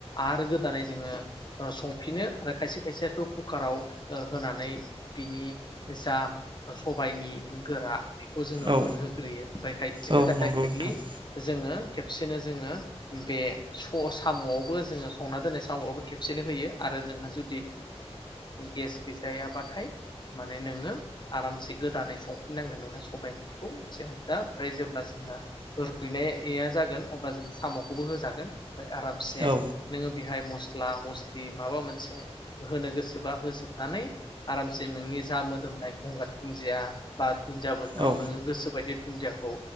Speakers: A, on the left (about 40°); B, on the right (about 45°).
A: आरो गोदानै जोङो संफिनो आरो खायसे खायसेयाथ' कुकाराव ओ होनानै बिनि जा सबाइनि गोरा खौ जोङो
B: औ
A: मोनहोग्रोयो ओमफ्राय खायसेनो
B: औ
A: डाइरेक्टलि
B: नंगौ नोंथां
A: जोङो खेबसेनो जोङो बे स अ साम'आवबो जोङो संना दोननाय साम आवबो खेबसेनो होयो आरो नोंहा जुदि गेस गैजायाबाथाय माने नोङो आरामसे गोदानै संफिननांगोन नोंङो सबाइ ओंख्रिखौ जियानो जा ओमफ्राय जेब्ला जोंहा रुइनाया जागोन अब्ला जों साम'खौबो होजागोन। ओमफ्राय आरामसे
B: औ
A: नोङो बेहाय मस मस्ला मस्लि माबा मोनसे होनो गोसोबा होजोबनानै आरामसे नोंनि जा मोदोमनाय गंगार दुन्जिया बा दुनजिया बोथोराव
B: औ
A: नोङो गोसो बायदि दुन्दियाखौ